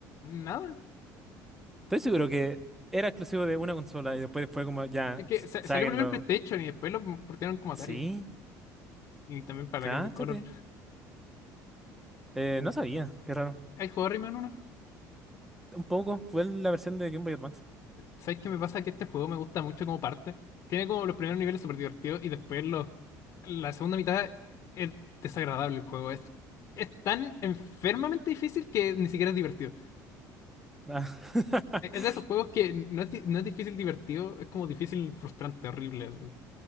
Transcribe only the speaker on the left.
nada.
Es que
sa-
salió primero el PlayStation y después lo portaron como Atari,
y también para
la Game Boy Color.
¿Hay jugado Rayman uno
¿Sabes qué me pasa? Que este juego me gusta mucho como parte. Tiene como los primeros niveles súper divertidos y después los, la segunda mitad es desagradable el juego. Es, es tan enfermamente difícil que ni siquiera es divertido.
Es, es de esos juegos que no es, di- no es difícil divertido, es como difícil frustrante, horrible. así.